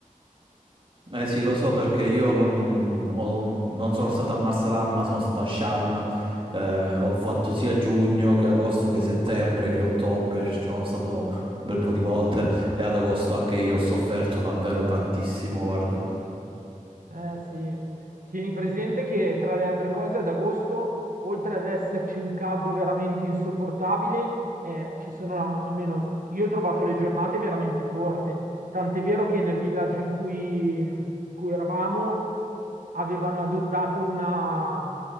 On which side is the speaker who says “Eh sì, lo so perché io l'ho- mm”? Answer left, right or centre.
Right